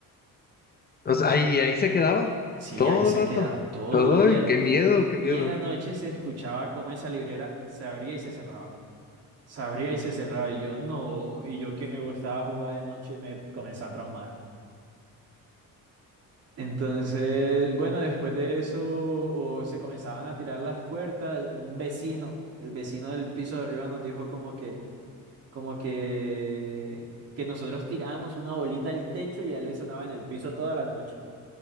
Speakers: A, on the left; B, on the right.
A: O sea, ahí, ahí se quedaba
B: Sí,
A: todo
B: ahí se
A: el rato.
B: quedaba todos
A: Ay,
B: los días.
A: qué miedo, qué
B: Y
A: miedo.
B: en la noche se escuchaba cómo esa librera se abría y se cerraba. Se abría y se cerraba. Y yo no, y yo que me gustaba jugar de noche me comencé a traumar. Entonces, bueno, después de eso, o se comenzaban a tirar las puertas. Un vecino, el vecino del piso de arriba nos dijo como que, como que, que nosotros tirábamos una bolita al techo y a él le sonaba en el piso toda la noche.